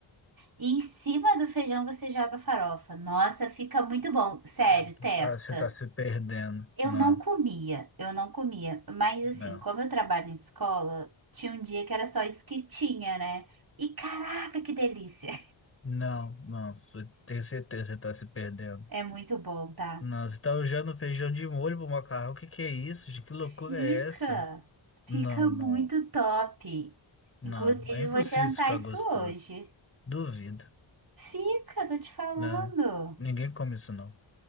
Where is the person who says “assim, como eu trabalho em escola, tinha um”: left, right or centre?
Right